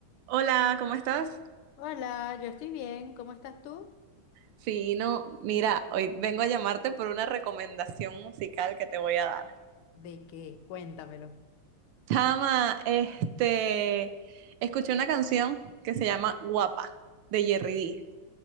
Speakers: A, on the right; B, on the left.
A: Hola, ¿cómo estás?
B: Hola, yo estoy bien. ¿Cómo estás tú?
A: Fino, mira, hoy vengo a llamarte por una recomendación musical que te voy a dar.
B: ¿De qué? Cuéntamelo.
A: Chama, este, escuché una canción que se llama Guapa, de Jerry D.